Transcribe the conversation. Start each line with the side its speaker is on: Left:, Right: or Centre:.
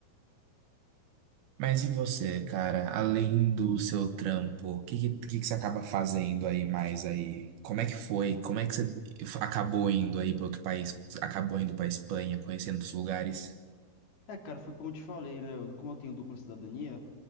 Right: Mas e você, cara? Além do seu trampo, o que, que, que que você acaba fazendo aí mais aí? Como é que foi? Como é que você acabou indo aí para outro país? Acabou indo para Espanha, conhecendo os lugares?
Left: É, cara, foi como eu te falei, né? eu- Como eu tenho dupla cidadania,